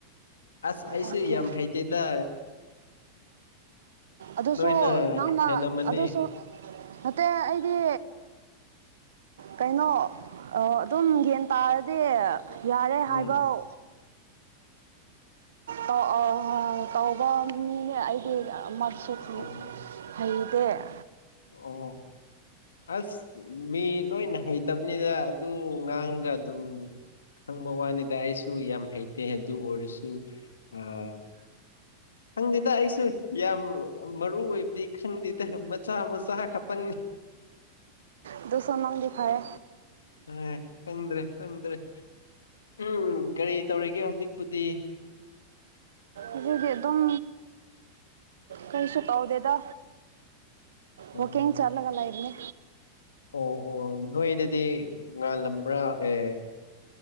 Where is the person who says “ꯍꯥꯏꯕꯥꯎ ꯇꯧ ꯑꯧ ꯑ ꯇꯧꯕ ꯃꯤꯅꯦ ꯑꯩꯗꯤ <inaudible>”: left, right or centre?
Right